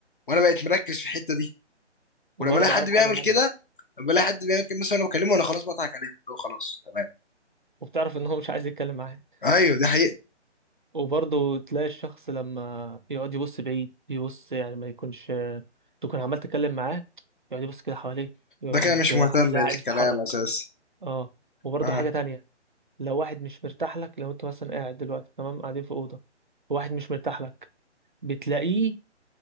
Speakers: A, on the left; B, on the right.
A: وانا بقيت مركز في الحته دي
B: وبرضه
A: ولما الاقي حد
B: عارف
A: بيعمل
B: حاجة تانية
A: كده لما الاقي حد بيعمل كده مثلا انا بكلمه انا خلاص بضحك عليه اللي هو خلاص تمام
B: وبتعرف ان هو مش عايز يتكلم معاك
A: ايوه دي حقيقة
B: وبرضه تلاقي الشخص لما يقعد يبص بعيد يبص يعني ما يكونش تكون عمال تتكلم معاه يقعد يبص كده حواليه يقعد
A: ده كده مش مهتم
B: زي
A: بالكلام
B: عايز يتحرك
A: اساسا
B: اه وبرضه
A: اه
B: حاجة تانية لو واحد مش مرتاح لك لو انت مثلا قاعد دلوقتي تمام قاعدين في أوضة واحد مش مرتاح لك بتلاقيه